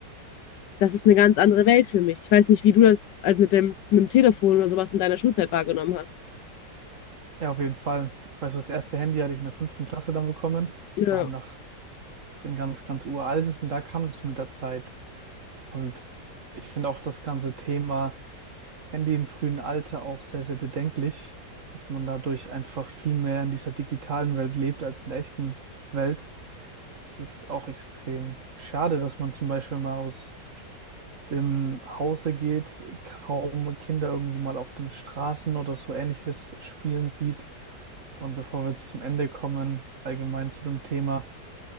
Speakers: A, on the left; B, on the right.
A: das ist eine ganz andere Welt für mich. Ich weiß nicht, wie du das als mit dem, mit dem Telefon oder sowas in deiner Schulzeit wahrgenommen hast.
B: ja, auf jeden Fall. Ich weiß, das erste Handy hatte ich in der fünften Klasse dann bekommen.
A: Ja.
B: Das war halt noch so ein ganz, ganz uraltes und da kam das mit der Zeit. Und ich finde auch das ganze Thema Handy im frühen Alter auch sehr, sehr bedenklich, dass man dadurch einfach viel mehr in dieser digitalen Welt lebt als in der echten Welt. Das ist auch extrem schade, dass man zum Beispiel mal aus dem Hause geht, kaum Kinder irgendwie mal auf den Straßen oder so ähnliches spielen sieht. Und bevor wir jetzt zum Ende kommen, allgemein zu dem Thema,